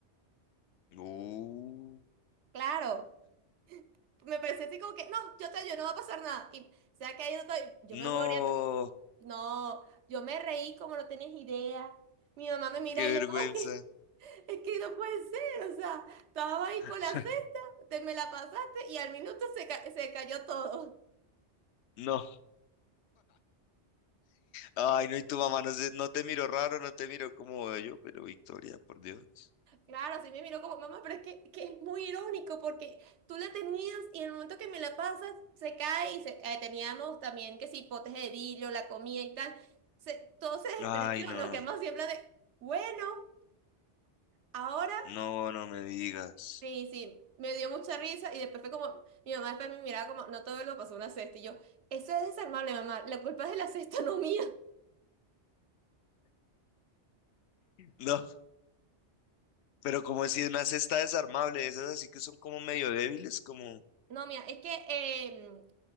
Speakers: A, on the left; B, on the right.
A: Uh,
B: Claro. me parece así como que, no, yo te ayudo, no va a pasar nada. Y, o sea, que ahí yo estoy, yo me
A: no,
B: moría, no, yo me reí como no tenías idea. Mi mamá me mira
A: qué
B: y
A: vergüenza.
B: yo <laughs> como que, es que no puede ser, o sea, estaba ahí
A: <laughs>
B: con la cesta, te me la pasaste y al minuto se, ca- se cayó todo.
A: No. Ay, no, y tu mamá no, se- no te miró raro, no te miró como yo pero Victoria, por Dios.
B: Claro, así me miró como, mamá, pero es que, que es muy irónico porque tú la tenías y en el momento que me la pasas, se cae y se- eh, teníamos también que si potes de vidrio, la comida y tal, se, todo se despreció,
A: Ay, no,
B: nos quedamos siempre de, bueno. Ahora,
A: no, no me digas.
B: sí, sí, me dio mucha risa y después fue como, mi mamá después me miraba como, no todo lo pasó una cesta y yo, eso es desarmable, mamá, la culpa es de la cesta, <laughs> no mía.
A: No, pero como si una cesta desarmable, esas así que son como medio débiles, como...
B: No, mía, es que eh,